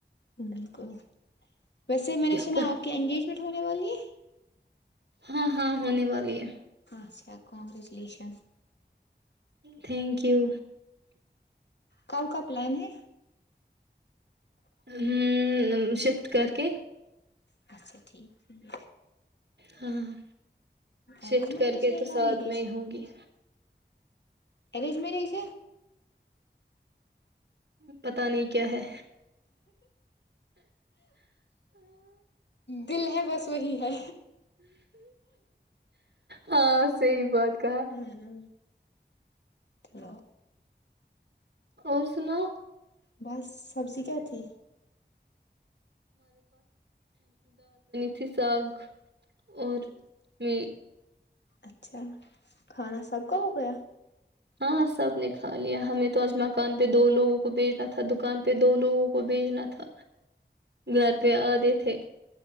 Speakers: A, on the left; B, on the right.
A: بالکل ویسے میں نے
B: کیا
A: سنا
B: پر
A: آپ کی انگیجمنٹ ہونے والی ہے
B: ہاں ہاں ہونے والی ہے
A: اچھا کنگریچولیشن
B: تھینک یو
A: کاؤ کا پلان ہے
B: ہ شفٹ کر کے
A: اچھا ٹھیک ہے،
B: ہاں ہ شفٹ
A: ارینج میرج
B: کر کے
A: ہے
B: تو
A: لو
B: ساتھ
A: میرج
B: میں ہگی
A: اریج میں رہیس
B: پتا نہیں کیا ہے
A: دل ہے بس وہی ہے
B: ہاں صحی بات کہا
A: ہاں ہ چلو
B: اور سنا
A: بس سبزی کیا تھی
B: پھی ساگ اور م
A: اچھا کھانا سب کا ہو گیا
B: ہاں سب نے کھا لیا ہمیں تو آج مکان پہ دو لوگوں کو بھیجنا تھا دکان پہ دو لوگوں کو بھیجنا تھا گھر پہ آدے تھے